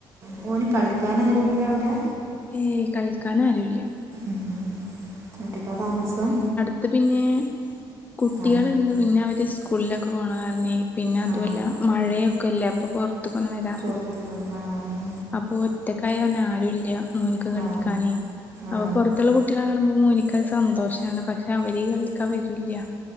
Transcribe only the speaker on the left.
ഏയ് കളിക്കാൻ ആരുല്ല്യ
അത് പിന്നെ കുട്ടികള്ണ്ട്
പിന്നെ അവര് സ്കൂളിലൊക്കെ പോണ കാരണെ പിന്നെ അതു
അല്ല മഴയൊക്കെല്ലേ അപ്പൊ പൊർത്തക്കൊന്നും വരാ
അപ്പൊ ഒറ്റക്കായങ്ങനെ ആരുല്ല മോന്ക്ക് കളിക്കാനെ
അപ്പൊ
പൊറത്ത്ള്ള കുട്ടേളെ കാണുമ്പോ മോനിക്കത് സന്തോഷാണ് പക്ഷെ അവര് കളിക്കാൻ വരൂല്ല